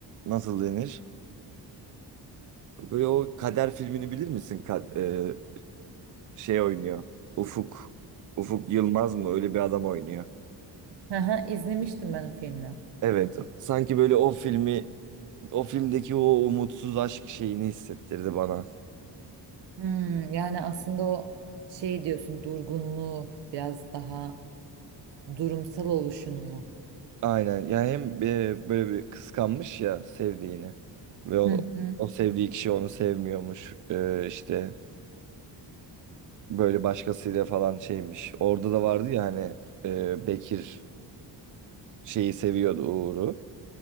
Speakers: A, on the right; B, on the right.
A: nasıl denir? Böyle o Kader filmini bilir misin? Ka- e, şey oynuyor. Ufuk. Ufuk Yılmaz mı? Öyle bir adam oynuyor.
B: Aha, izlemiştim ben o filmi.
A: Evet. Sanki böyle o filmi o filmdeki o umutsuz aşk şeyini hissettirdi bana.
B: Hmm, yani aslında o şey diyorsun durgunluğu biraz daha Durumsal oluşunu mu?
A: Aynen. Ya hem e, böyle bir kıskanmış ya sevdiğini ve onu
B: Hı hı
A: o sevdiği kişi onu sevmiyormuş. E, işte böyle başkasıyla falan şeymiş. Orada da vardı ya hani e, Bekir şeyi seviyordu Uğur'u.